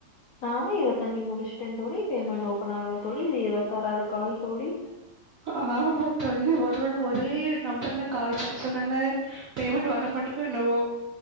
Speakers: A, on the left (about 75°); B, on the right (about 80°).
A: நானு இருபத்தஞ்சு முடிச்சுட்டே தோழி பேமெண்ட் ஓபன் ஆகல தோழி இது இருபத்தாறாவது கால் தோழி
B: ஆஹ் ஆமா தோழி ஒரு தோழி ஒரே நம்பர்ல கால் பேசுறதுனால பேமெண்ட் வர மாட்டக்கோ என்னவோ